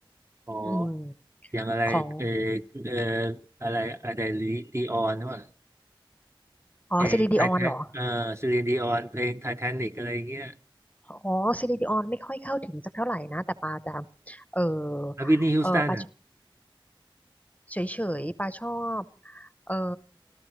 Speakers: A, on the right (about 30°); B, on the left (about 15°).
A: อ๋อ
B: อืม
A: อย่างอะไรเออ
B: ของ
A: เอออะไรอะไรลีดีออนว่า
B: อ๋อซิลิดิออนเหรอ
A: เพลงไททานเออซีลินดีออนเพลงไททานิกอะไรอย่างเงี้ย
B: อ๋อซิลิดิออนไม่ค่อยเข้าถึงสักเท่าไหร่นะ แต่ปาจะเออ
A: แล้วบริทนีฮิวสตันอ่ะ
B: เออปา เฉยๆปาชอบเออ